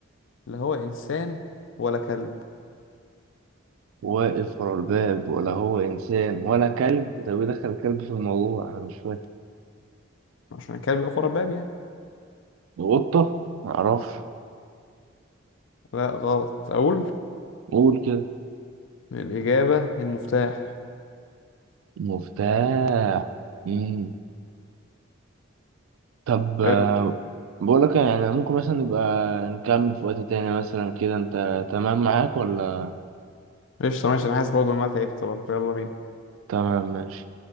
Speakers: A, on the left (about 65°); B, on the right (about 85°).
A: لا هو انسان ولا كلب
B: واقف ورا الباب ولا هو انسان ولا كلب طب ايه دخل الكلب في الموضوع انا مش فاكر
A: عشان الكلب يقف ورا الباب يعني
B: قطة معرفش
A: لا غلط اقول
B: قول كده
A: الاجابة المفتاح
B: مفتاح مم. طب آه،
A: حلو
B: بقول لك يعني ممكن مثلا نبقى نكمل في وقت تاني مثلا كده انت تمام معاك ولا
A: قشطة ماشي انا حاسس برضه ان انا تعبت برضه يلا بينا
B: تمام ماشي